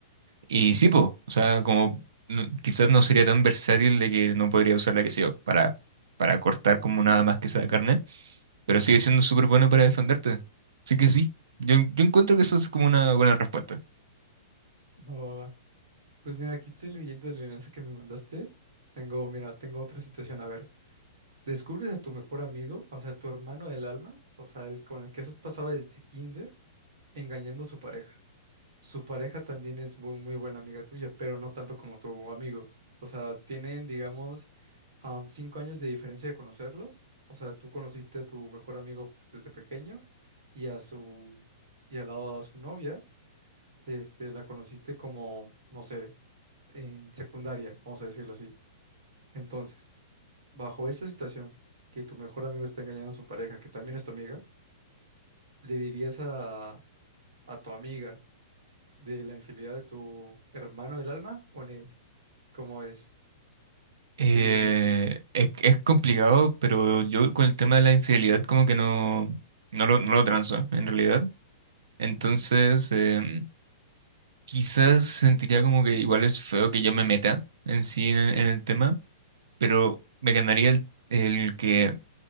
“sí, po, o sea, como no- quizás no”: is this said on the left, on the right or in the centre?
Right